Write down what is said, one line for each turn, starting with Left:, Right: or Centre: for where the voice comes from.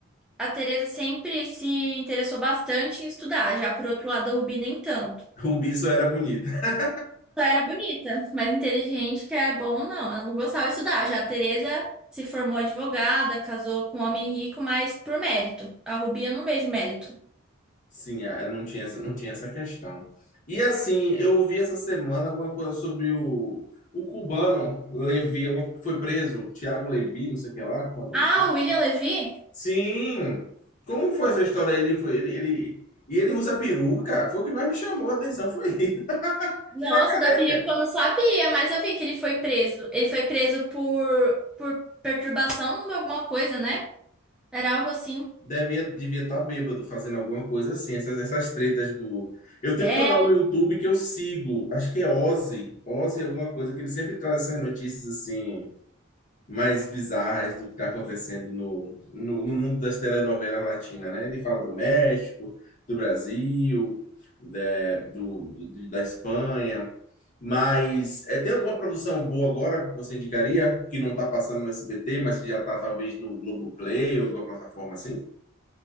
Centre: a Teresa sempre se interessou bastante em estudar, já por outro lado, a Rubi nem tanto.
Left: <laughs> Rubi só era bonita. <laughs>
Centre: Ela era bonita, mas inteligente, que é bom, não. Ela não gostava de estudar. Já a Teresa se formou advogada, casou com um homem rico, mas por mérito. A Rubi eu não vejo mérito.
Left: Sim, ah, ela não tinha essa, não tinha essa questão. E assim, eu ouvi essa semana alguma coisa sobre o, o cubano Levi, alguma- que foi preso, Tiago Levi, não sei o que lá, como é o nome
Centre: Ah,
Left: dele?
Centre: o William Levy?
Left: Sim. Como foi essa história? Ele foi, ele, ele- e ele usa peruca? Foi o que mais me chamou a atenção, foi ele,
Centre: Nossa,
Left: <laughs>
Centre: da perícia
Left: careca.
Centre: eu não sabia, mas eu vi que ele foi preso. Ele foi preso por, por perturbação de alguma coisa, né? Era algo assim.
Left: Devia, devia estar bêbado fazendo alguma coisa assim, essas, essas tretas do. Eu tenho
Centre: É,
Left: um canal no YouTube que eu sigo, acho que é Ozzy, Ozzy alguma coisa, que ele sempre traz essas notícias assim, mais bizarras do que está acontecendo no, no, no mundo das telenovelas latinas, né? Ele fala do México, do Brasil, da, do, do- da Espanha, mas é, tem alguma produção boa agora que você indicaria, que não está passando no SBT, mas que já está talvez no Globoplay ou alguma plataforma assim?